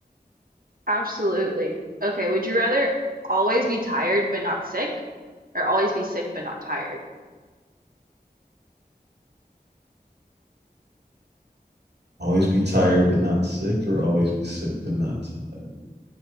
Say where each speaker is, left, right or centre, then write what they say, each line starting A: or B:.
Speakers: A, on the right (about 60°); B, on the right (about 90°).
A: absolutely. Okay, would you rather always be tired but not sick or always be sick but not tired?
B: always be tired but not sick or always be sick but not tired?